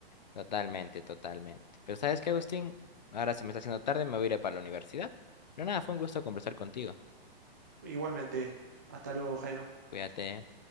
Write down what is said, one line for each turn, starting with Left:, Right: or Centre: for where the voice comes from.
Left: totalmente, totalmente. Pero ¿sabes qué, Agustín? Ahora se me está haciendo tarde, me voy a ir para la universidad. Pero nada, fue un gusto conversar contigo.
Right: Igualmente, hasta luego, Jairo.
Left: Cuídate.